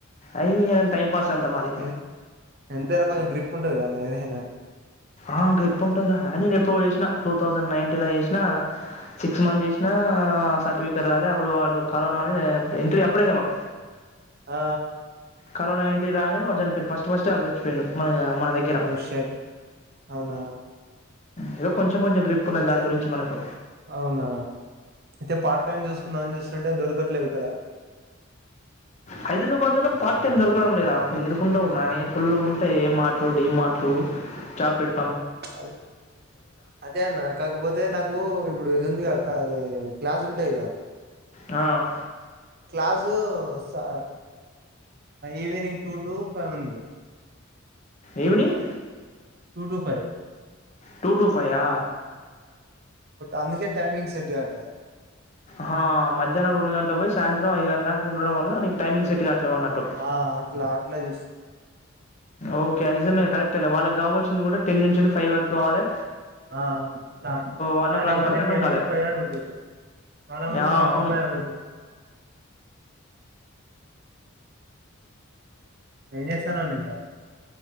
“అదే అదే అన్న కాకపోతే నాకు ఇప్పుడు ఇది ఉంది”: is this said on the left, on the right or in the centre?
Right